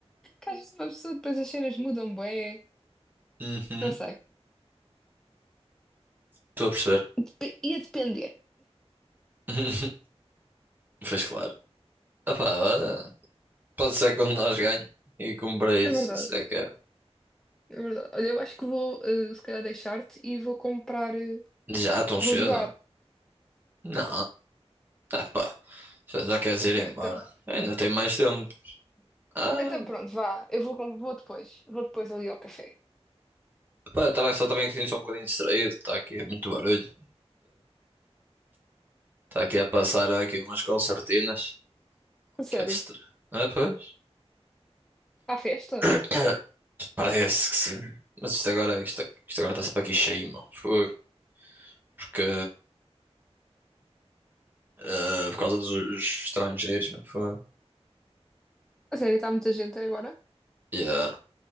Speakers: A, in the centre; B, on the right (about 20°).
A: Que às vezes uma pessoa depois as cenas mudam bem.
B: Uhum,
A: Não sei.
B: estou a perceber.
A: Dep- ia depender.
B: <laughs> Pois claro. Opá, olha, pode ser que um de nós ganhe e cumpra isso,
A: É verdade.
B: isso é que era.
A: É verdade. Olha, eu acho que vou, eh, se calhar, deixar-te e vou comprar. eh,
B: Já tão cedo?
A: vou jogar.
B: Não. Ah, pá, já, já queres ir
A: Ok,
B: embora?
A: então.
B: Ainda tem mais tempo. Ah,
A: Então pronto, vá. Eu vou, com- vou depois. Vou depois ali ao café.
B: pá, estava só também aqui só um bocadinho distraído, está aqui muito barulho. Está aqui a passar aqui umas concertinas.
A: A sério.
B: Que é distra... Ah, pois.
A: À festa?
B: <coughs> Parece que sim. Mas isto agora, isto, isto agora está sempre aqui cheio, mano. Foi. Porque, eh, por causa dos estrangeiros, mano. Foi.
A: A sério, está muita gente agora?
B: Yeah.